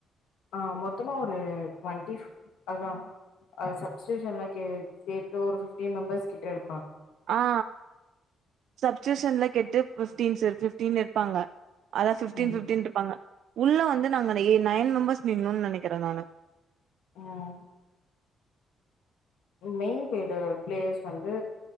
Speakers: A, on the left (about 90°); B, on the right (about 70°).
A: ஆ மொத்தமா ஒரு டெவண்டிப் அதா சப்டியூசன் கே சேர்த்து ஒரு ஃபிப்டின் மெம்பர்ஸ் கிட்ட இரு
B: ஆ சப்ஸ்டியூஷன்ல கேட்டு பிப்டீன் சார் பிப்டீன் இருப்பாங்க. அதா பிப்டீன்
A: ம்
B: பிப்டீன்ட்டு இருபாங்க. உள்ள வந்து நாங்க ஏ நைன் மெம்பர்ஸ் நின்னோம்னு நெனக்கிறே நானு.
A: உம். மெயின் பேடு பிளேயர்ஸ் வந்து